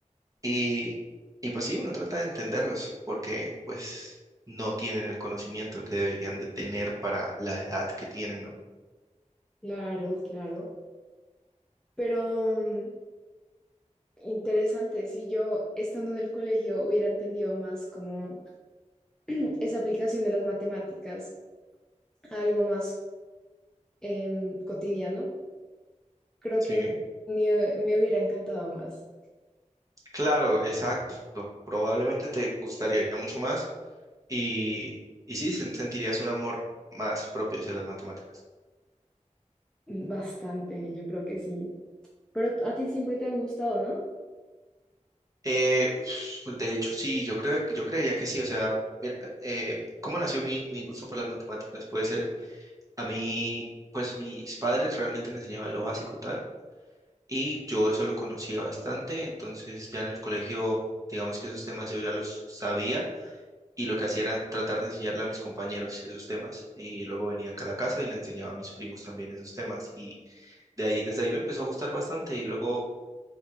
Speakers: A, on the right; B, in the centre.
A: Y, y pues sí, uno trata de entenderlos, porque pues no tienen el conocimiento que deberían de tener para la edad que tienen, ¿no?
B: Claro, claro. Pero mm, interesante, si yo estando en el colegio hubiera entendido más como <clears throat> esa aplicación de las matemáticas a algo más em, cotidiano, creo
A: Sí,
B: que me, me hubiera encantado más.
A: claro, exacto. Probablemente te gustaría mucho más y, y sí, sen- sentirías un amor más propio hacia las matemáticas.
B: Mm, Bastante, yo creo que sí. Pero a ti siempre te han gustado, ¿no?
A: Eh, uf, de hecho, sí, yo creo, yo creería que sí. O sea, mira, eh, ¿cómo nació mi, mi gusto por las matemáticas? Puede ser, a mí, pues mis padres realmente me enseñaban lo básico tal, y yo eso lo conocía bastante, entonces ya en el colegio, digamos que esos temas yo ya los sabía, y lo que hacía era tratar de enseñarle a mis compañeros esos temas, y luego venía acá a la casa y le enseñaba a mis primos también esos temas, y de ahí, desde ahí me empezó a gustar bastante, y luego